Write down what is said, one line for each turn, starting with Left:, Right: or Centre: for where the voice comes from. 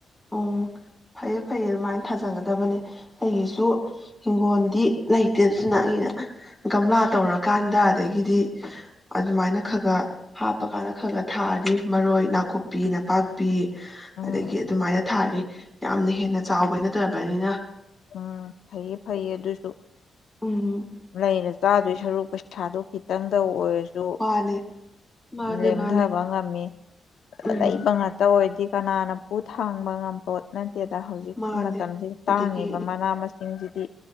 Centre: ꯎꯝ ꯐꯩꯌꯦ ꯐꯩꯌꯦ ꯑꯗꯨꯃꯥꯏꯅ ꯊꯥꯖꯟꯒꯗꯕꯅꯤ ꯑꯩꯒꯤꯁꯨ ꯍꯤꯡꯒꯣꯜꯗꯤ ꯂꯩꯇꯦ ꯑꯗꯨꯅ ꯑꯩꯅ ꯒꯝꯂꯥ ꯇꯧꯔꯀꯥꯟꯗ ꯑꯗꯒꯤꯗꯤ ꯑꯗꯨꯃꯥꯏꯅ ꯈꯒ ꯍꯥꯞꯄ ꯀꯥꯟꯗ ꯈꯒ ꯊꯥꯔꯤ ꯃꯔꯣꯏ ꯅꯥꯀꯨꯞꯄꯤ ꯅꯄꯥꯛꯄꯤ
Left: ꯎꯝ
Centre: ꯑꯗꯒꯤ ꯑꯗꯨꯃꯥꯏꯅ ꯊꯥꯔꯤ ꯌꯥꯝꯅ ꯍꯦꯟꯅ ꯆꯥꯎꯕ ꯅꯠꯇꯔꯕꯅꯤꯅ
Left: ꯎꯝ ꯐꯩꯌꯦ ꯐꯩꯌꯦ ꯑꯗꯨꯁꯨ
Centre: ꯎꯝ
Left: ꯂꯩꯔ ꯆꯥꯗꯣꯏ ꯁꯔꯨꯛ ꯄꯩꯁꯥꯗꯣ ꯈꯤꯇꯪꯗ ꯑꯣꯏꯔꯁꯨ
Centre: ꯃꯥꯅꯦ ꯃꯥꯅꯦ
Left: ꯂꯦꯝꯊꯕ
Centre: ꯃꯥꯅꯦ
Left: ꯉꯝꯃꯤ
Centre: ꯎꯝ
Left: ꯂꯩꯕ ꯉꯥꯛꯇ ꯑꯣꯏꯗꯤ ꯀꯅꯥꯅ ꯄꯨ ꯊꯥꯡꯕ ꯉꯝꯄꯣꯠꯅꯠ ꯗꯦꯗꯥ ꯍꯧꯖꯤꯛꯀꯤ
Centre: ꯃꯥꯅꯦ
Left: ꯃꯇꯝꯁꯤꯗ
Centre: ꯑꯗꯒꯤ
Left: ꯇꯥꯡꯉꯤꯕ ꯃꯃꯅꯥ ꯃꯁꯤꯡꯁꯤꯗꯤ